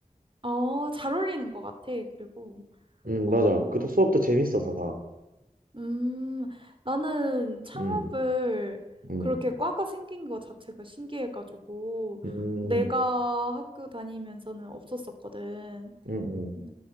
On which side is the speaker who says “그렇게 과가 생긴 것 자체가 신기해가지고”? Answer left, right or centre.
Right